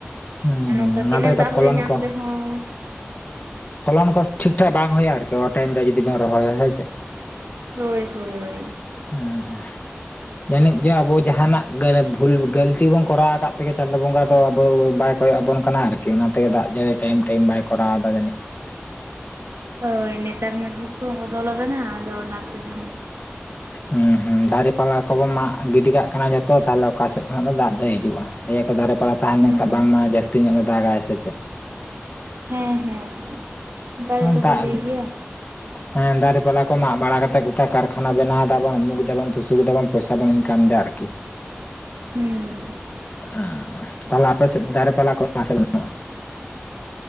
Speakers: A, on the left; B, on the right.
A: ᱦᱩᱸ
B: ᱟᱨ ᱱᱚᱝᱠᱟ
A: ᱦᱩᱸ ᱚᱱᱟ
B: ᱠᱮᱱᱮᱞ
A: ᱛᱮᱜᱮ
B: ᱫᱟᱜ
A: ᱛᱚ
B: ᱦᱚᱸᱞᱮ
A: ᱯᱷᱚᱞᱚᱱ
B: ᱧᱟᱢ
A: ᱠᱚ
B: ᱨᱮᱦᱚᱸ
A: ᱯᱷᱚᱞᱚᱱ ᱠᱚ ᱴᱷᱤᱠ ᱴᱷᱟᱠ ᱵᱟᱝ ᱦᱩᱭᱩᱜ-ᱟ ᱟᱨᱠᱤ ᱚ-ᱴᱟᱭᱤᱢ ᱨᱮ ᱡᱩᱫᱤ ᱵᱟᱝ ᱨᱚᱦᱚᱭᱭᱟ ᱦᱮᱸᱥᱮ᱾
B: ᱦᱳᱭ ᱦᱳᱭ᱾
A: ᱦᱩᱸ ᱦᱩᱸ ᱡᱟᱹᱱᱤᱡ ᱡᱮ ᱟᱵᱚ ᱡᱟᱦᱟᱱᱟᱜ ᱵᱷᱩᱞ ᱜᱟᱹᱞᱛᱤ ᱵᱚᱱ ᱠᱚᱨᱟᱣ ᱠᱟᱫ ᱛᱮᱜᱮ ᱪᱟᱸᱫᱚ ᱵᱚᱸᱜᱟ ᱫᱚ ᱟᱵᱚ ᱵᱟᱭ ᱠᱚᱭᱚᱜ-ᱟᱵᱚᱱ ᱠᱟᱱᱟ ᱟᱨᱠᱤ ᱚᱱᱟᱛᱮᱜᱮ ᱫᱟᱜ ᱡᱟᱹᱲᱤ ᱴᱟᱭᱤᱢ ᱴᱟᱭᱤᱢ ᱵᱟᱭ ᱠᱚᱨᱟᱣᱫᱟ ᱡᱟᱹᱱᱤᱡ᱾
B: ᱦᱳᱭ ᱱᱮᱛᱟᱨ ᱢᱟ ᱡᱩᱜᱽ ᱠᱚ ᱦᱚᱸ ᱵᱚᱫᱚᱞ ᱠᱟᱱᱟ ᱟᱫᱚ ᱚᱱᱟ ᱛᱮᱜᱤ
A: ᱦᱩᱸ ᱦᱩᱸ ᱫᱟᱨᱮ ᱯᱟᱞᱟ ᱠᱚᱵᱚ ᱢᱟᱜ ᱜᱤᱰᱤ ᱠᱟᱜ ᱠᱟᱱᱟ ᱡᱷᱚᱛᱚ ᱛᱟᱦᱞᱮ ᱚᱠᱟᱥᱮᱡ ᱠᱷᱚᱱᱟᱜ ᱫᱚ ᱫᱟᱜ ᱫᱚ ᱦᱤᱡᱩᱷ-ᱟ ᱞᱟᱹᱭᱟᱠᱚ ᱫᱟᱨᱮ ᱯᱟᱞᱟ ᱛᱟᱦᱮᱱ
B: ᱦᱩᱸ
A: ᱞᱮᱱᱠᱷᱟ ᱵᱟᱝᱢᱟ ᱡᱟᱹᱥᱛᱤ ᱧᱚᱜ ᱜᱮ ᱫᱟᱜᱟᱭ ᱥᱮ ᱪᱮᱫ᱾
B: ᱦᱮᱸ ᱦᱮᱸ᱾ ᱚᱱᱠᱟ
A: ᱦᱟᱱ
B: ᱜᱮᱛᱚ
A: ᱫᱟᱜ
B: ᱠᱚ ᱞᱟᱹᱭ ᱜᱮᱭᱟ
A: ᱦᱮᱸ ᱫᱟᱨᱮ ᱯᱟᱞᱟ ᱠᱚ ᱢᱟᱜ ᱵᱟᱲᱟ ᱠᱟᱛᱮᱫ ᱠᱟᱨᱠᱷᱟᱱᱟ ᱵᱮᱱᱟᱣ ᱫᱟᱵᱚᱱ ᱩᱢᱩᱜ ᱫᱟᱵᱚᱱ ᱛᱩᱥᱩᱠ ᱵᱟᱵᱚᱱ, ᱯᱚᱭᱥᱟ ᱵᱚ ᱤᱱᱠᱟᱢ ᱮᱫᱟ ᱟᱨᱠᱤ,
B: ᱦᱩᱸ,
A: ᱮᱸ ᱛᱟᱦᱞᱮ ᱟᱯᱮ ᱥᱮᱫ ᱫᱟᱨᱮ ᱯᱟᱞᱟ ᱠᱚ ᱢᱮᱱᱟᱜ ᱥᱮ ᱵᱟᱱᱩᱜ-ᱟ,